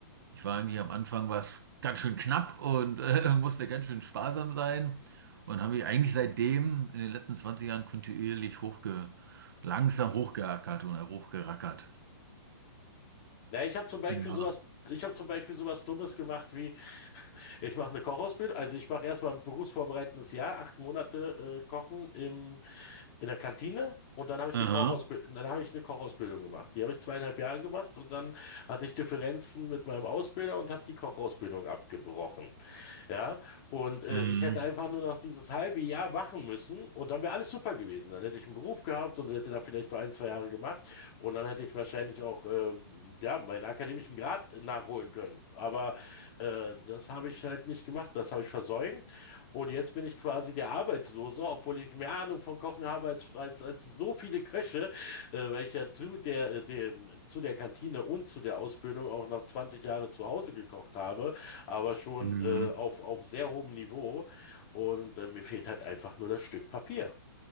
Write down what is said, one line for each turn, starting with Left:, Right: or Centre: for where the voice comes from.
Right: Ich war eigentlich am Anfang was ganz schön knapp und äh, <laughs> musste ganz schön sparsam sein und habe mich eigentlich seitdem in den letzten 20 Jahren kontinuierlich hochge, langsam hochgeackert und äh, hochgerackert.
Left: Na, ich habe zum Beispiel
Right: Ja.
Left: sowas, ich habe zum Beispiel sowas Dummes gemacht wie, ich mache eine Kochausbildung, also ich mache erstmal ein berufsvorbereitendes Jahr, acht Monate äh, Kochen im in der Kantine und dann habe ich
Right: Aha.
Left: eine Kochausbildung, dann habe ich eine Kochausbildung gemacht. Die habe ich zweieinhalb Jahre gemacht und dann hatte ich Differenzen mit meinem Ausbilder und habe die Kochausbildung abgebrochen. Ja, und äh,
Right: Mhm.
Left: ich hätte einfach nur noch dieses halbe Jahr machen müssen und dann wäre alles super gewesen. Dann hätte ich einen Beruf gehabt und hätte da vielleicht nur ein, zwei Jahre gemacht und dann hätte ich wahrscheinlich auch äh, ja, meinen akademischen Grad nachholen können. Aber äh, das habe ich halt nicht gemacht, das habe ich versäumt und jetzt bin ich quasi der Arbeitslose, obwohl ich mehr Ahnung von Kochen habe als, als, als so viele Köche, äh, weil ich ja zu der, äh, dem, zu der Kantine und zu der Ausbildung auch noch 20 Jahre zu Hause gekocht habe aber schon
Right: Mhm.
Left: äh, auf, auf sehr hohem Niveau. Und äh, mir fehlt halt einfach nur das Stück Papier.